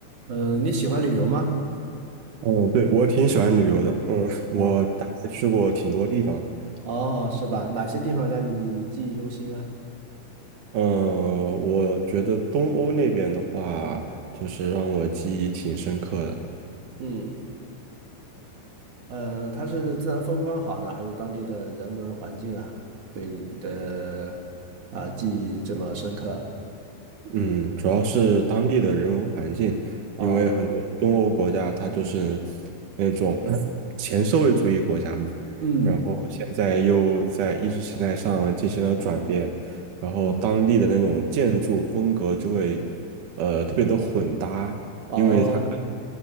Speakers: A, on the right (about 45°); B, on the right (about 75°).
A: 嗯，你喜欢旅游吗？
B: 嗯，对，我挺喜欢旅游的。嗯，我大概去过挺多地方的。
A: 啊，哦，是吧？哪些地方让你记忆犹新啊？
B: 呃，我觉得东欧那边的话，就是让我记忆挺深刻的。
A: 嗯嗯，呃它是自然风光好呢，还是当地的人文环境啊，对你的啊记忆这么深刻
B: 嗯，主要是当地的人文环境，
A: 啊？
B: 因为很多东欧国家它就是那种 <laughs> 前社会主义国家嘛，
A: 嗯，
B: 然后现在又在意识形态上进行了转变，然后当地的那种建筑风格就会呃特别的混搭。
A: 哦，
B: 因为它。